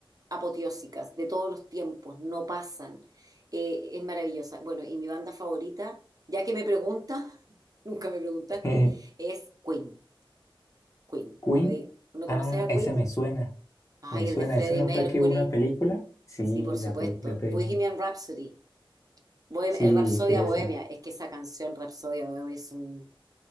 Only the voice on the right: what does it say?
apoteósicas de todos los tiempos, no pasan. Eh, es maravillosa. Bueno, y mi banda favorita, ya que me pregunta, <laughs> nunca me preguntaste,
es Queen. Queen.
No me digas, ¿no
conoces a
Queen?
Ay,
el de Freddie
Mercury.
Sí, por
supuesto.
Bohemian
Rhapsody. Bohem-
el Rapsodia
Bohemia, es que esa canción Rapsodia Bohemia es un